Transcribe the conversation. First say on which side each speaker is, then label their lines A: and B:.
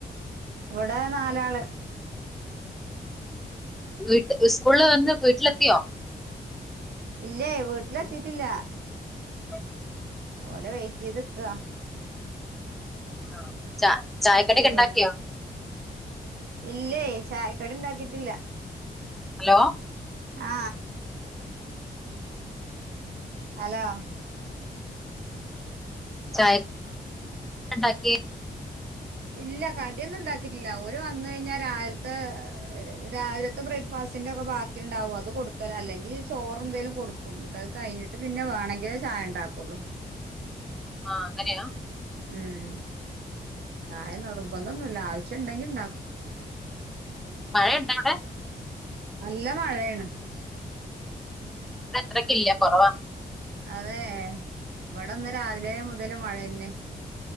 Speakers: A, on the right; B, in the centre.
A: ഇവിടെ നാലാള്
B: വീട്ട സ്കൂളില് വന്ന് വീട്ടിലെത്തിയോ
A: ഇല്ലേ വീട്ടിലെ എത്തീട്ടില്ല
B: <inaudible>
A: ഓല വൈറ്റ് ചെയ്ത് നിൽക്കുവാ
B: ആ ച ചായകടിയൊക്കെ
A: ഫ്രീയായത്.
B: ഉണ്ടാക്കിയോ
A: ഇല്ലേ ചായക്കട ഇണ്ടാക്കിട്ടില്ല
B: ഹലോ
A: ആ ഹലോ
B: ചായണ്ടാക്കി
A: ഇല്ല കടിയൊന്നും ഉണ്ടാക്കിട്ടില്ല ഓര് വന്ന് കഴിഞ്ഞാൽ രാവിലത്തെ രാവിലത്തെ ബ്രേക്ക്ഫാ ബ്രേക്ക്ഫാസ്റ്റിൻ്റെ ഒക്കെ ബാക്കിണ്ടാവും അത് കൊടുക്കല അല്ലെങ്കിൽ ചോറെന്തലും- കൊടുക്കും ന്നിട്ട് അത് കഴിഞ്ഞിട്ട് പിന്നെ വേണങ്കിലേ ചായ ഉണ്ടാക്കുള്ളൂ
B: ആഅങ്ങനെയാ
A: മ്മ്മ് ചായ നിർബന്ധന്നുല്ല ആവശ്യം ഉണ്ടെങ്കി
B: മഴയുണ്ട അവിടെ
A: നല്ല മഴയാണ്
B: അത്രക്കില്ല കൊറവാ
A: അതെ ഇവിടെന്ന് രാവിലെ മുതൽ മഴ തന്നെ